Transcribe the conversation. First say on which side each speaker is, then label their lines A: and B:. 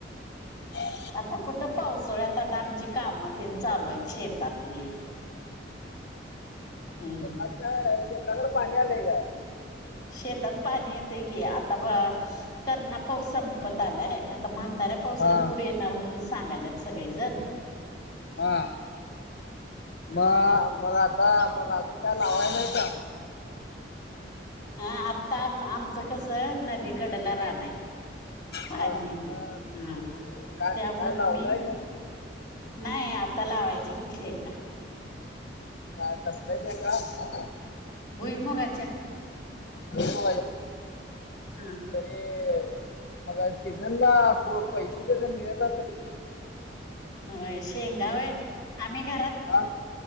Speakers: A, on the left (about 60°); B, on the left (about 20°).
A: ह
B: आता कुठं पावसाळ्यात आता आमची कामं त चालूय शेतातली हम्म
A: आता काय शेताकडे पाणी आलेय काय
B: शेतात पाणी येतय की आता तरणा पाऊस संपत आलाय आता म ताऱ्या पावसाला
A: हा
B: पुर येणार म्हणून सांगायल्यात सगळे जण
A: हा
B: हम्म.
A: मग मग आता मग अजून काय लावाय नाही का
B: ह आत्ता आमचं कसं नदीकडेला राहण आहे पाणी
A: हा
B: येेते
A: मग
B: हा
A: काय
B: त्यामु
A: काय
B: आम्ही
A: लावलाय का नाही
B: नाही आता लावायच्या कि शेंगा
A: काय कसल्या शेंगा
B: भुईमुगाच्या
A: व
B: हा
A: तरी मग सीझन ला पैसे देले मिळत सार की
B: हय शेंगाव आहे आम्ही घरात
A: हा